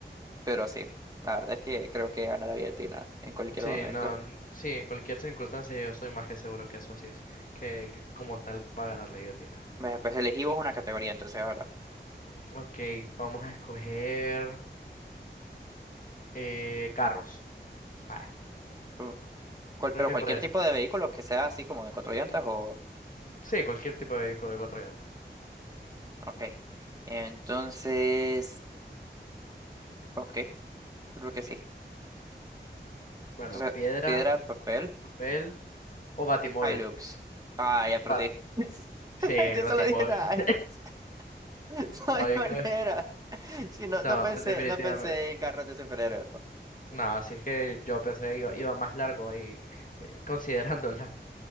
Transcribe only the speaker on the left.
Sí,
no, n- sí, en cualquier circunstancia yo estoy más que seguro que eso así es, que que como tal va a ganar la guillotina.
Ok, vamos a escoger eh, carros. Vaya,
creo
que
puede
ser.
Sí, cualquier tipo de vehículo de cuatro llantas.
Bueno,
piedra,
papel o batimóvil.
Bat-
sí, el
batimóvil.
<laughs>
No,
yo
creo.
No,
definitivamente.
No, así es que yo pensé que iba, iba más largo ahí, eh, considerándola